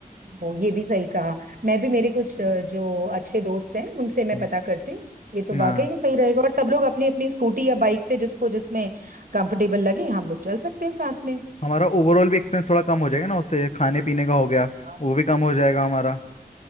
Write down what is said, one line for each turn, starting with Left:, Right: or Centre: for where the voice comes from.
Right: ओ ये भी सही कहा मैं भी मेरे कुछ अ, जो अच्छे दोस्त हैं उनसे मैं
Left: हम्म,
Right: पता करती हूँ ये तो वाकई
Left: हाँ
Right: में सही रहेगा और सब लोग अपनी अपनी स्कूटी या बाइक से जिसको जिसमें कंफर्टेबल लगे हम लोग चल सकते हैं साथ में
Left: हमारा ओवरऑल भी एक्सपेंस थोड़ा कम हो जाएगा ना उससे खाने पीने का हो गया
Right: हाँ
Left: वो भी कम हो जाएगा हमारा